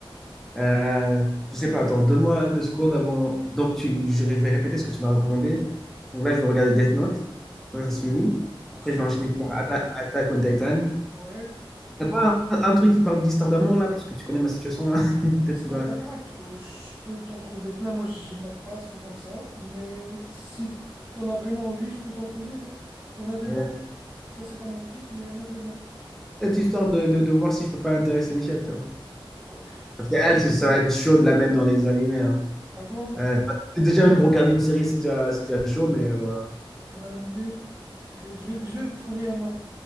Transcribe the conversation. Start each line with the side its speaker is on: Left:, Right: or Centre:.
Centre: Euh, je sais pas, attends, donne-moi deux secondes avant. Donc, tu, je, je vais répéter ce que tu m'as recommandé. Donc là, je vais regarder Death Note. Quand ça
Right: Ouais.
Centre: se finit.
Right: Pour
Centre: Après,
Right: se chauffer
Centre: je vais enchaîner
Right: un
Centre: par
Right: peu.
Centre: Atta- Attack on Titan.
Right: Ouais.
Centre: T'as pas un, un truc qui parle d'histoire d'amour là? Parce que tu connais ma situation là. <laughs> Peut-être
Right: Histoire
Centre: qu'il va.
Right: d'un... Ah, tu- oh, je peux t'en trouver plein. Moi, je mate pas souvent ça. Mais si t'en as vraiment envie, je peux t'en trouver. hein. Il y en a des
Centre: Ouais.
Right: bons. Ça, c'est pas mon kiff, mais il y en a des bons.
Centre: Cette histoire de, de, de voir si je peux pas intéresser Michel, tu vois.
Right: Oh, je
Centre: Parce
Right: te
Centre: que
Right: jure.
Centre: elle, c'est- ça va être chaud de la mettre dans les animés. hein.
Right: Ah bon?
Centre: Euh, déjà, même pour regarder une série, c'est déjà, c'est déjà chaud, mais. voilà.
Right: Pour un animé? euh, Ok, je vais, je vais te trouver un nom.